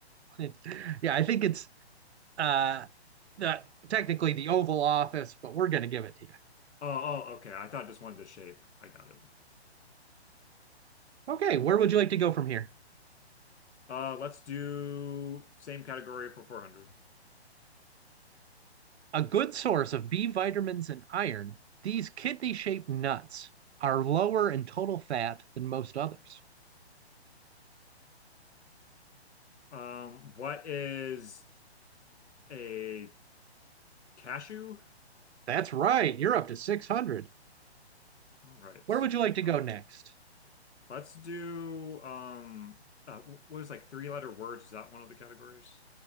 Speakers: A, on the right; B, on the left.
A: <laughs> yeah, I think it's uh, the, technically the Oval Office, but we're going to give it to you.
B: Oh, oh, okay. I thought just wanted the shape. I got it.
A: Okay, where would you like to go from here?
B: Uh, let's do same category for 400.
A: A good source of B vitamins and iron, these kidney shaped nuts are lower in total fat than most others.
B: Um, what is a cashew?
A: That's right. You're up to 600.
B: All right.
A: Where would you like to
B: Uh,
A: go next?
B: let's do um uh, what is like three letter words? Is that one of the categories?